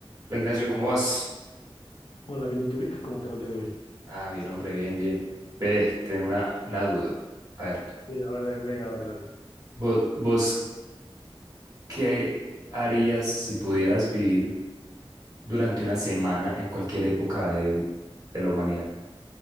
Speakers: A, on the right; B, on the left.
A: Hola Ignacio, ¿cómo vas?
B: Hola, Vic, ¿cómo te va el día de hoy?
A: Ah, bien, hombre, bien, bien. Ve, tengo una, una duda. A ver,
B: Eh, a ver, den- venga, dale, dale.
A: vos, vos, ¿qué harías si pudieras vivir durante una semana en cualquier época del- de la humanidad?